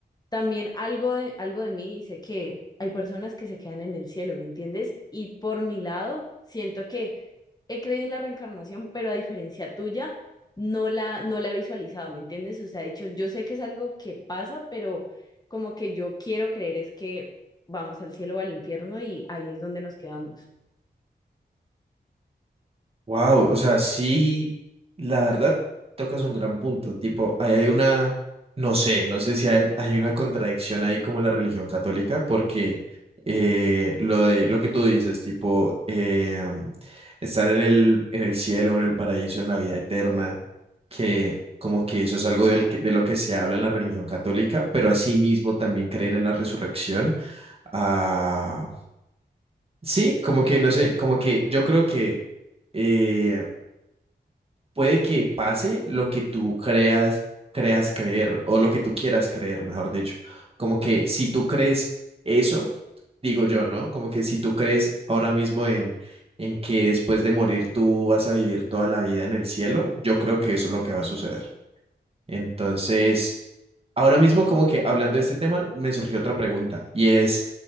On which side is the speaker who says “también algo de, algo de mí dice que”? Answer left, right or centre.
Left